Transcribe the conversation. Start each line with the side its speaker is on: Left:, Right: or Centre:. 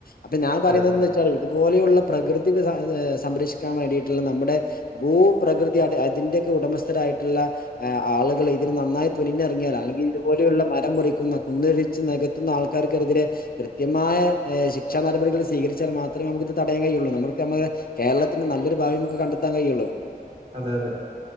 Left: അപ്പ ഞാൻ പറയുന്നതെന്ന്
Right: അതെ അതെ
Left: വെച്ചാൽ ഇത് പോലെയുള്ള പ്രകൃതി വ് സ ഇത് ഏഹ് സംരക്ഷിക്കാൻ വേണ്ടീട്ട്ള്ള നമ്മ്ടെ ഭൂപ്രകൃതി അത് അതിന്റെക്കെ ഉടമസ്ഥരായ്ട്ട്ള്ള ഏഹ് ആള്കളീ തിന് നന്നായ് തുനിഞ്ഞെറങ്ങിയാലാ അല്ലെങ്കി ഇത്പോലെയുള്ള മരം മുറിക്കുന്ന കുന്ന്ടിച്ച് നെകത്ത്ന്ന ആൾക്കാർക്കെര്തിരെ കൃത്യമായ ഏഹ് ശിക്ഷാ നടപടികള് സ്വീകരിച്ചാല് മാത്രമെ നമുക്ക്ത് തടയാൻ കയ്യൊള്ളൂ നമ്മൾക്ക് നമ്മടെ കേരളത്തിന് ന ല്ലൊരു ഭാവി നമ്മക്ക് കണ്ടെത്താൻ കഴിയൊള്ളൂ
Right: അതെ അതെ